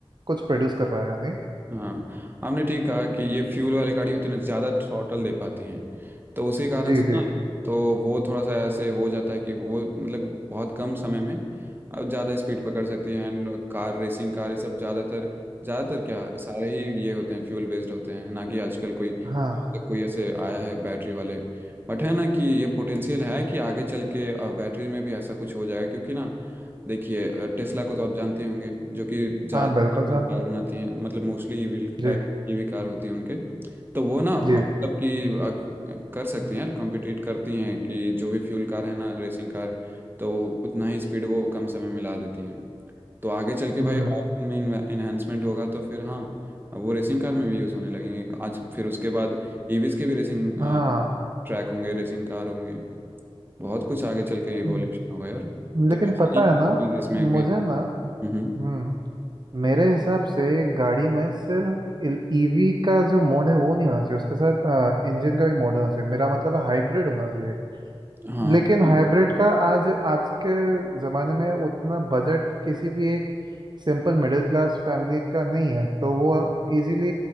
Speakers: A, on the right; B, on the right.
A: कुछ प्रोड्यूस कर पाएगा नहीं
B: हाँ आपने ठीक कहा कि ये फ्यूल वाली गाड़ी उतने ज़्यादा थ्रॉटल दे पाती हैं तो उसी कारण
A: जी
B: से
A: जी
B: ना तो वो थोड़ा सा ऐसे हो जाता है कि वो मतलब बहुत कम समय में अब ज़्यादा स्पीड पकड़ सकती है एंड कार रेसिंग कार ये सब ज़्यादातर ज़्यादातर क्या सारे ही ये होते हैं फ्यूल बेस्ड होते हैं ना कि आजकल कोई
A: हाँ
B: कोई ऐसे आया है बैटरी वाले बट है ना कि ये पोटेंशियल है कि आगे चल के बैटरी में भी ऐसा कुछ हो जाएगा क्योंकि ना देखिए टेस्ला को तो आप जानते ही होंगे जो कि ज़्यादा
A: हाँ बिल्कुल जानता
B: कार
A: हूँ।
B: बनाती हैं मतलब मोस्टली ईवी
A: जी
B: ईवी कार होती हैं उनके तो वो ना अ,
A: जी
B: मतलब कि अ, अ, कर सकती हैं यार कॉम्पिटिट करती हैं कि जो भी फ्यूल कार है ना रेसिंग कार तो उतना ही स्पीड वो कम समय में ला देती हैं तो आगे चल के
A: हम्म
B: भाई और इनमें इन्हेंसमेंट होगा तो फिर हाँ वो रेसिंग कार में भी यूज़ होने लगेंगे आज फिर उसके बाद ईवीज के भी रेसिंग
A: हाँ
B: ट्रैक होंगे रेसिंग कार होंगे बहुत कुछ आगे चल के इवोल्यूशन
A: हम्म,
B: होगा यार
A: लेकिन
B: तो ऐसा
A: पता
B: नहीं
A: है ना
B: कि इसमें भी
A: मुझे ना हम्म
B: हम्म
A: मेरे हिसाब से गाड़ी में सिर्फ ईवी का जो मोड है वो नहीं होना चाहिए उसके साथ इंजन का भी मोड होना चाहिए मेरा मतलब है हाइब्रिड होना चाहिए
B: हाँ
A: लेकिन
B: वो-
A: हाइब्रिड का आज आज के ज़माने में उतना बजट किसी भी एक सिंपल मिडिल क्लास फैमिली का नहीं है तो वो इजीली